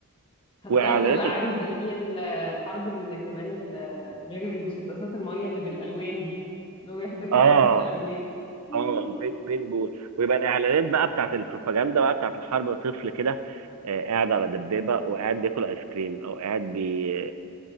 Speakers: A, on the left (about 25°); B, on the right (about 85°).
A: حاساها
B: واعلانات
A: هتبقى
B: ال...
A: عارف زي الحرب اللي كمان ال- غير المسدسات المية اللي بالألوان دي لو يحذفوا
B: اه
A: بعض بالألوان <laughs>
B: اه بين بين بول ويبقى الاعلانات بقى بتاعت البروباجندا بقى بتاعت الحرب طفل كده آه، قاعد على دبابه وقاعد بياكل ايس كريم او قاعد بي...